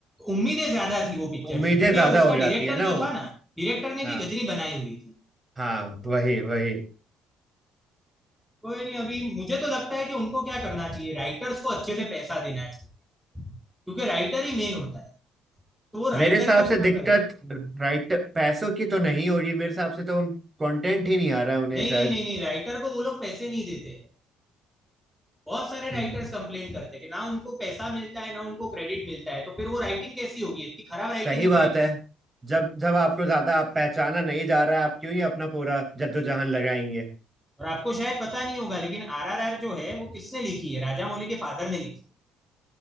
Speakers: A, in the centre; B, on the right.
A: उम्मीदें ज्यादा थी वो पिक्चर
B: उम्मीदें
A: से क्योंकि
B: ज्यादा
A: उसका
B: हो
A: डायरेक्टर
B: जाती है ना
A: जो
B: वो।
A: था ना डायरेक्टर ने
B: हाँ
A: भी गजनी बनाई हुई थी
B: हाँ वही वही
A: कोई नहीं अभी मुझे तो लगता है कि उनको क्या करना चाहिए राइटर्स को अच्छे से पैसा देना चाहिए क्योंकि राइटर ही मेन होता है तो वो राइटर
B: मेरे हिसाब
A: के
B: से
A: ऊपर
B: दिक्कत
A: करे नहीं
B: राइट पैसों की तो नहीं हो रही मेरे हिसाब से तो उन कंटेंट ही नहीं आ रहा है उन्हें
A: नहीं
B: शायद
A: नहीं नहीं राइटर को वो लोग पैसे नहीं देते हैं बहुत सारे राइटर्स
B: हम्म
A: कंप्लेन करते हैं कि ना उनको पैसा मिलता है ना उनको क्रेडिट मिलता है तो फिर वो राइटिंग कैसी होगी इतनी खराब
B: सही
A: राइटिंग ही
B: बात
A: मिलेगी
B: है जब जब आपको ज्यादा आप पहचाना नहीं जा रहा है आप क्यों ही अपना पूरा जद्दोजहद लगाएंगे
A: और आपको शायद पता नहीं होगा लेकिन आरआरआर जो है वो किसने लिखी है राजा मौली के फादर ने लिखी है